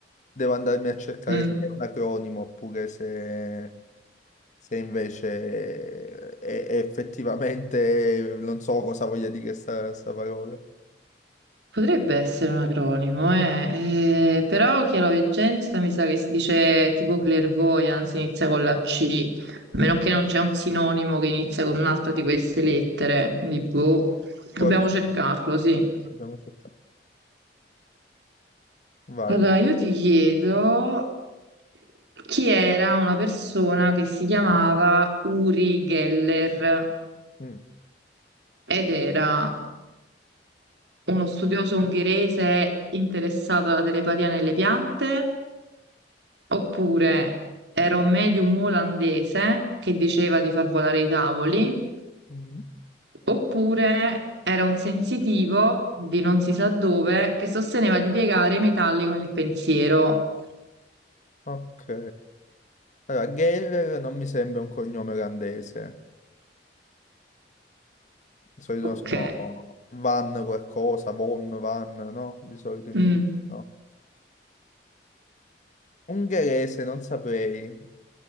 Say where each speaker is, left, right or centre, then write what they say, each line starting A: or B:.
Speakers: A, on the left (about 45°); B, on the right (about 75°).
A: devo andarmi a cercare
B: Mm.
A: se è un acronimo oppure se, se invece è, è effettivamente non so cosa voglia dire sta, sta parola.
B: Potrebbe essere un acronimo, eh. Eh, però chiaroveggenza mi sa che si dice tipo clairvoyance, inizia con la C, a
A: Mm.
B: meno che non c'è un sinonimo che inizia con un'altra di queste lettere, quindi boh,
A: Forse
B: dobbiamo cercarlo, sì.
A: dobbiamo cercare. Vai.
B: Allora,
A: te.
B: io ti chiedo chi era una persona che si chiamava Uri Geller
A: Mm.
B: ed era uno studioso ungherese interessato alla telepatia nelle piante, oppure era un medium olandese che diceva di far volare i tavoli,
A: Mm.
B: oppure era un sensitivo di non si sa dove che sosteneva di piegare i metalli con il pensiero.
A: Ok. Allora, Geller non mi sembra un cognome olandese. Di solito
B: Ok.
A: sono Van qualcosa, Von, Van, no? Di solito in
B: Mm,
A: no? Ungherese non saprei,